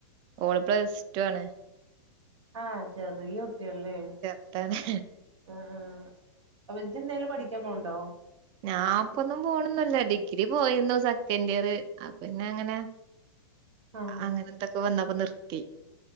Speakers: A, on the right (about 35°); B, on the right (about 75°).
A: ഓള് പ്ലസ് റ്റു ആണ്.
B: ആഹ് ചെറിയ കുട്ട്യാണ്ല്ലേ.
A: ചെർതാണ്.
B: ആഹ് അപ്പ ജ്ജെന്തേലും പഠിക്കാൻ പോണ് ണ്ടോ?
A: ഞാ പ്പൊന്നും പോണൊന്നുല്ല. Degree പോയിര്ന്നു second year. അപ്പന്നങ്ങനെ
B: ആഹ് ആഹ്
A: അങ്ങനത്തൊക്കെ വന്നപ്പോ നിർത്തി.